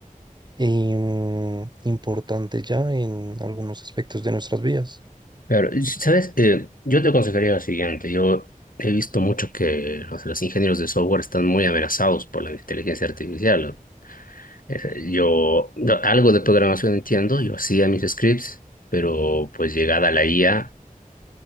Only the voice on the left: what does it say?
claro. Y, ¿Sabes? Eh, yo te aconsejaría lo siguiente. Yo he visto mucho que o sea, los ingenieros de software están muy amenazados por la inteligencia artificial. ¿no? Ese, Yo no, algo de programación entiendo, yo hacía mis scripts, pero pues llegada la IA